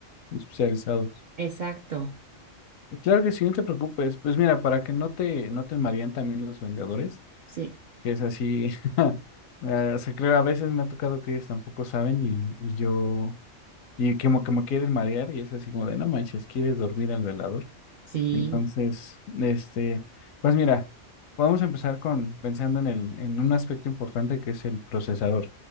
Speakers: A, on the left; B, on the right.
A: especializados.
B: Exacto.
A: Claro que sí, no te preocupes. Pues mira, para que no te, no te mareen también los vendedores.
B: Sí,
A: que es así. <laughs> eh, O sea, creo a veces me ha tocado que ellos tampoco saben y, y yo, y como que me quieren marear y es así como de, no manches, ¿quieres dormir al velador?
B: sí,
A: Entonces, este, pues mira, vamos a empezar con pensando en el, en un aspecto importante que es el procesador,